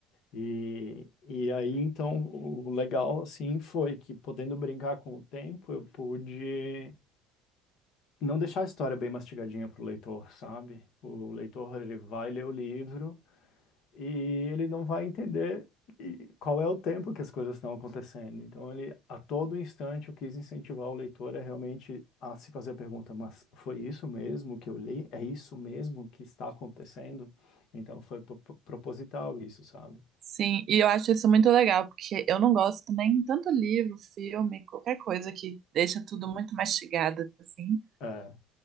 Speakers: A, on the left; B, on the right.
A: E, e aí, então, o legal, assim, foi que podendo brincar com o tempo, eu pude não deixar a história bem mastigadinha para o leitor, sabe? O leitor ele vai ler o livro e ele não vai entender e- qual é o tempo que as coisas estão acontecendo. Então, ele a todo instante eu quis incentivar o leitor a realmente a se fazer a pergunta: mas foi isso mesmo que eu li? É isso mesmo que está acontecendo? Então, foi pro- pro- proposital isso, sabe?
B: sim, e eu acho isso muito legal, porque eu não gosto também tanto livro, filme, qualquer coisa que deixa tudo muito mastigado assim,
A: É,